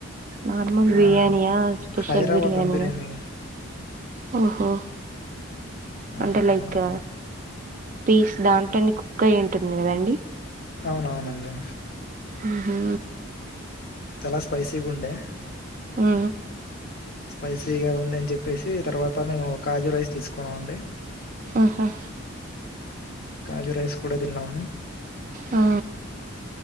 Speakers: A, on the right; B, on the left.
A: నార్మల్ బిర్యానియా
B: ఆహ్,
A: స్పెషల్
B: హైదరాబాద్
A: బిరియాని
B: దమ్ బిర్యానీ.
A: ఓహో
B: ఆ!
A: అంటే లైక్
B: అవునండి.
A: పీస్ దాంట్లోని కుక్ అయ ఉంటుంది కదండి
B: అవునవునడీ
A: ఉహు
B: చాలా స్పైసీగా ఉండే
A: ఆ
B: స్పైసీ గా ఉంది అని చెప్పేసి తర్వాత మేము కాజు రైస్ తీసుకున్నాం అండి
A: ఆహా
B: కాజు రైస్ కూడా తిన్నాము
A: ఆ